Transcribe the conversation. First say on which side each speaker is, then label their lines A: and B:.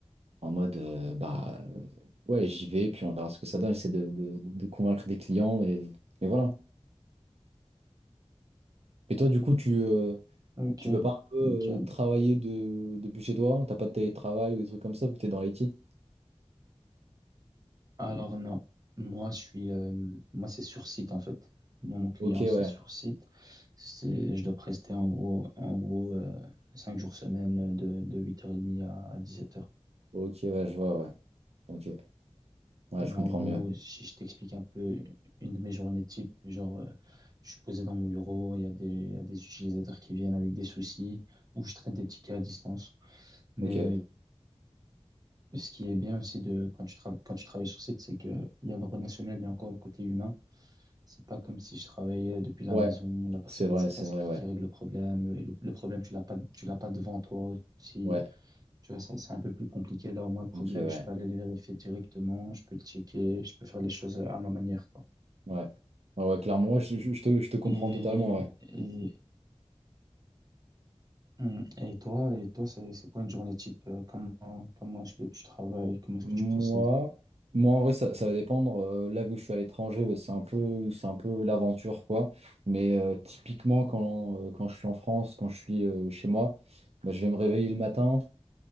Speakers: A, on the right; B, on the right.
A: en mode euh, bah euh, ouais, j'y vais, puis on verra ce que ça donne. J'essaie de, de, de convaincre des clients et, et voilà. Et toi du coup tu, euh,
B: ok,
A: tu peux pas un peu
B: nickel.
A: euh, travailler de, depuis chez toi? T'as pas de télétravail ou des trucs comme ça vu que t'es dans l'IT?
B: Alors non, moi je suis, euh, moi c'est sur site en fait. Moi mon client
A: Ok,
B: c'est
A: ouais.
B: sur site. C'est, je dois prester en gros, en gros euh, cinq jours semaine de, de 8h30 à, à sept heures.
A: Ok, ouais, je vois, ouais. Ok. Ouais,
B: Et
A: je comprends
B: en gros,
A: mieux.
B: si je t'explique un peu une de mes journées type, genre, euh, je suis posé dans mon bureau, il y a des, il y a des utilisateurs qui viennent avec des soucis, ou je traite des tickets à distance. Mais
A: Ok.
B: euh, ce qui est bien aussi de, quand tu, tra- quand tu travailles sur site, c'est que il y a le relationnel, il y a encore le côté humain. C'est pas comme si je travaillais depuis la
A: Ouais.
B: maison, la personne
A: C'est vrai,
B: ne sait
A: c'est
B: pas c'est
A: vrai,
B: qui
A: ouais.
B: qui règle le problème, et le, le problème tu l'as pas, tu l'as pas devant toi aussi.
A: Ouais.
B: Tu vois, ça, c'est un peu plus compliqué. Là, au moins, le problème,
A: Ok, ouais.
B: je peux aller le vérifier directement, je peux le checker, je peux faire les choses à ma manière, quoi.
A: Ouais. Ouais, ouais, clairement, ouais, je, je- je te, je te comprends
B: Et,
A: totalement, ouais.
B: et, hum, et toi, et toi, c'est, c'est quoi une journée type? euh, Comment, comment est-ce que tu travailles? Comment est-ce
A: Moi,
B: que tu procèdes?
A: moi en vrai, ça, ça va dépendre. euh, là, où je suis à l'étranger, bah, c'est un peu, c'est un peu l'aventure, quoi. Mais euh, typiquement, quand, euh, quand je suis en France, quand je suis euh, chez moi, bah, je vais me réveiller le matin.